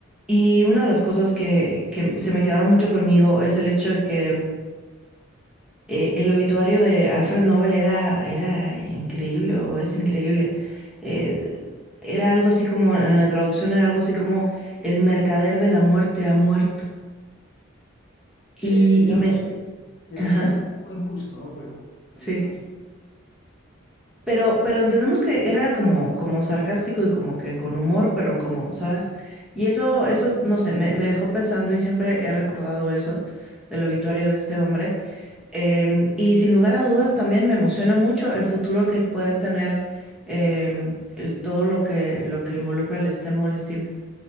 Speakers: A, in the centre; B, on the left.
A: Y una de las cosas que, que se me quedaron mucho conmigo es el hecho de que eh, el obituario de Alfred Nobel era, era increíble o es increíble. Eh, era algo así como, en la traducción era algo así como el mercader de la muerte ha muerto. Y,
B: Sí, digamos
A: y me...
B: que, que
A: Ajá,
B: puede ser un poco injusto, ¿no? Pero, pero
A: sí
B: digamos que,
A: Pero, pero entendemos que era como, como sarcástico y como que con humor, pero como, ¿sabes? Y eso, eso, no sé, me, me dejó pensando y siempre he recordado eso del obituario de este hombre. Em, y sin lugar a dudas también me emociona mucho el futuro que pueden tener em, el- todo lo que, lo que involucra el STEM o el STEAM.